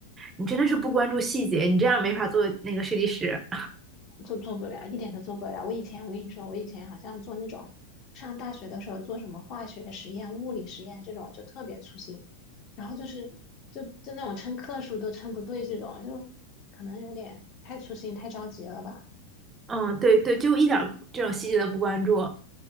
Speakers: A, on the right; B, on the left.
A: 你真的是不关注细节，你这样没法做那个设计师。
B: 就做不了，一点都做不了。我以前我跟你说，我以前好像做那种上大学的时候做什么化学实验、物理实验这种，就特别粗心，然后就是就就那种称克数都称不对，这种就可能有点太粗心、太着急了吧。
A: 嗯，对对，就一点这种细节都不关注。